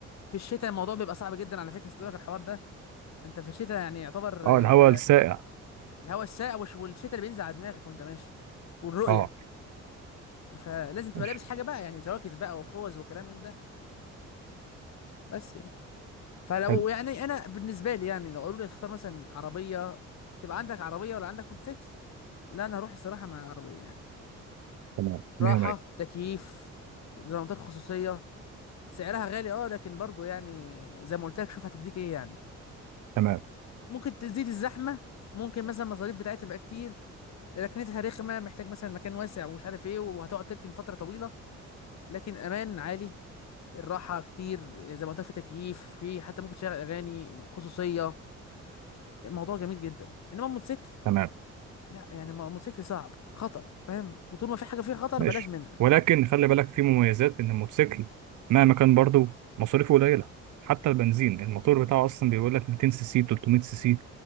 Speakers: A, on the left; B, on the right.
A: في الشتاء الموضوع بيبقى صعب جدا على فكره استوعبك الحوار ده انت في الشتاء يعني يعتبر
B: اه الهواء
A: انت
B: السائع
A: الهواء الساقع والش- والشتاء اللي بينزل على دماغك وانت ماشي والرؤيه
B: اه
A: فلازم تبقى
B: ماشي
A: لابس حاجه بقى يعني جواكت بقى وخوذ وكلام من ده بس يعني فلو
B: حلو
A: يعني انا بالنسبه لي يعني لو قالوا لي اختار مثلا عربيه تبقى عندك عربيه ولا عندك موتوسيكل لا انا هروح الصراحه مع العربيه يعني
B: تمام
A: راحه
B: مية مية
A: تكييف زي ما قلت لك خصوصيه سعرها غالي اه لكن برضو يعني زي ما قلت لك شوف هتديك ايه يعني
B: تمام
A: ممكن تزيد الزحمه ممكن مثلا المصاريف بتاعتها تبقى كتير ركنتها رخمه محتاج مثلا مكان واسع ومش عارف ايه وهتقعد تركن فتره طويله لكن امان عالي الراحه كتير زي ما قلت لك في تكييف في حتى ممكن تشغل اغاني خصوصيه الموضوع جميل جدا انما الموتوسيكل
B: تمام
A: لا يعني الموتوسيكل صعب خطر فاهم وطول ما في حاجه فيها خطر
B: ماشي
A: بلاش منها
B: ولكن خلي بالك في مميزات إن الموتوسيكل مهما كان برضه مصاريفه قليلة حتى البنزين الموتور بتاعه أصلا بيقول لك 200 سي سي 300 سي سي